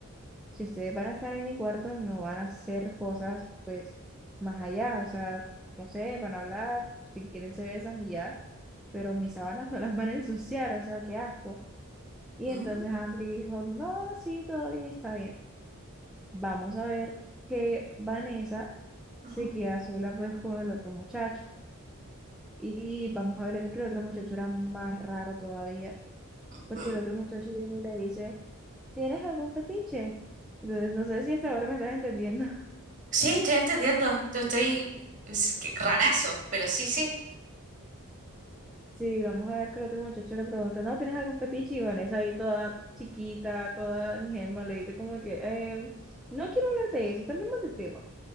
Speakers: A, in the centre; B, on the right (about 35°).
A: si ustedes van a estar en mi cuarto, no van a hacer cosas, pues, más allá, o sea, no sé, van a hablar, si quieren se besan y ya, pero mis sábanas <laughs> no las van a ensuciar, o sea, qué asco. Y
B: mm,
A: entonces Andri dijo, no, sí, todo bien, está bien. Vamos a ver que Vanessa
B: ujú,
A: se queda sola, pues, con el otro muchacho. Y vamos a ver que el otro muchacho era más raro todavía, porque
B: mm.
A: el otro muchacho viene y le dice, ¿tienes algún fetiche? Entonces, no sé si hasta ahora me estás entendiendo.
B: Sí, estoy entendiendo. te Estoy, es que rarazo, pero sí, sí.
A: Sí, vamos a ver que el otro muchacho le pregunta, ¿no tienes algún fetiche? Y Vanessa ahí toda chiquita, toda ingenua, le dice como que, "Em, no quiero hablar de eso, cambiemos de tema.